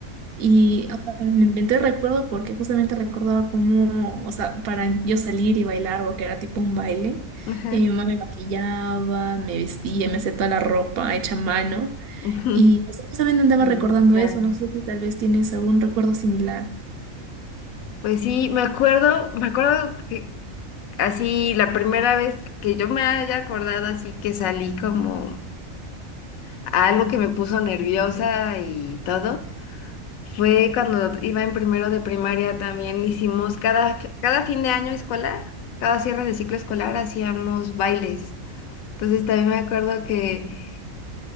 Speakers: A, on the right; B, on the left.
A: Y o sea, me inventé el recuerdo porque justamente recordaba cómo, o sea, para yo salir y bailar, porque era tipo un baile,
B: Ajá.
A: y mi mamá me maquillaba, me vestía, me hacía toda la ropa hecha a mano,
B: Ujú.
A: y o sea, justamente andaba
B: Mm,
A: recordando
B: claro.
A: eso, no sé si tal vez tienes algún recuerdo similar.
B: Pues sí, me acuerdo, me acuerdo que así la primera vez que yo me haya acordado así que salí como a algo que me puso nerviosa y todo. Fue cuando iba en primero de primaria también hicimos cada, cada fin de año escolar, cada cierre de ciclo escolar hacíamos bailes. Entonces también me acuerdo que